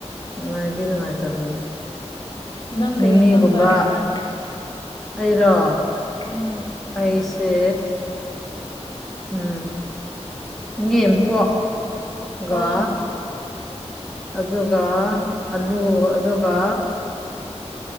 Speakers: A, in the centre; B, on the left.
A: ꯅꯨꯡꯉꯥꯏꯗꯤ ꯅꯨꯡꯉꯥꯏꯇꯕꯅꯦ
B: ꯅꯪ ꯀꯔꯤ
A: ꯃꯤꯃꯤꯒꯨꯝꯕ
B: ꯏꯟꯁꯪ ꯆꯥꯏ ꯍꯥꯏꯕ꯭ꯔꯥ
A: ꯑꯩꯔꯣ
B: ꯎꯝ
A: ꯑꯩꯁꯦ ꯎ ꯏ ꯏꯦꯝꯄꯒ
B: ꯑꯣ
A: ꯑꯗꯨꯒ ꯑꯂꯨ ꯑꯗꯨꯒ